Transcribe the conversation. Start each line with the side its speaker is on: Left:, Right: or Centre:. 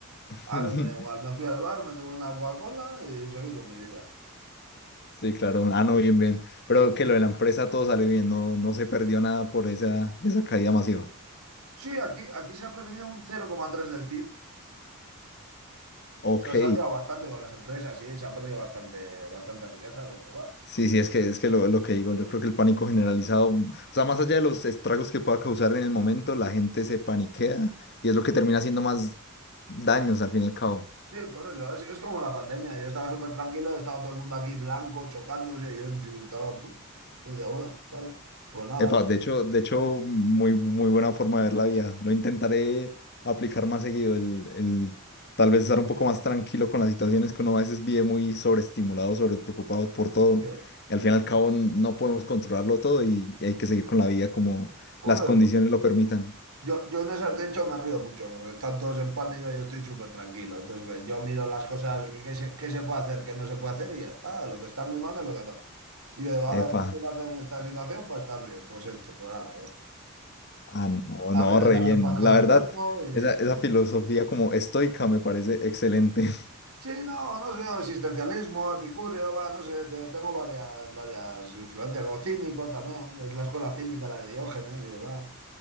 Left: <laughs>
Right: A mí me da igual, me fui al bar, me tomé una Coca-Cola y seguí con mi vida.
Left: Sí, claro. Ah, no, bien, bien. Pero que lo de la empresa todo salió bien, no, no se perdió nada por esa, esa caída masiva.
Right: Sí, aquí, aquí se ha perdido un 0,3 del PIB.
Left: Ok.
Right: O sea, se ha salido bastante con las empresas y se ha perdido bastante, bastante riqueza, pero va.
Left: Sí, sí, es que es que lo, lo que digo, yo creo que el pánico generalizado, o sea, más allá de los estragos que pueda causar en el momento, la gente se paniquea y es lo que termina haciendo más daños al fin y al cabo.
Right: Sí, por eso. Es, es como la pandemia. Yo estaba súper tranquilo, estaba todo el mundo aquí blanco, chocándose. Y yo, yo estaba. pu- Y decía, bueno, vale. Pues nada.
Left: Epa, de hecho, de hecho, muy, muy buena forma de ver la vida. Lo intentaré aplicar más seguido, el, el tal vez estar un poco más tranquilo con las situaciones que uno a veces vive muy sobreestimulado, sobrepreocupado por todo.
Right: eh,
Left: Y al fin y al cabo no podemos controlarlo todo y, y hay que seguir con la vida como
Right: por
Left: las
Right: eso.
Left: condiciones lo permitan.
Right: Yo, yo en esas, de hecho, me río mucho, porque están todos en pánico y yo estoy súper tranquilo. Entonces, ve, yo miro las cosas que, que se, que se puede hacer, que no se puede hacer y ya está. Lo que está en mi mano es lo que no. Y yo digo, a ver,
Left: Epa,
Right: ¿qué tengo que hacer en esta situación para estar bien? Pues esto, pues nada, ya está.
Left: ah, no,
Right: Dame
Left: no,
Right: dejarme
Left: re bien.
Right: en paz con
Left: La
Right: el
Left: verdad,
Right: resto. y-
Left: esa, esa filosofía como estoica me parece excelente. <laughs>
Right: Sí, no, no sé, existencialismo, epicurio, va, no sé, te- tengo varias, varias influencias. O cínico también, es la escuela cínica, la de Diógenes y demás.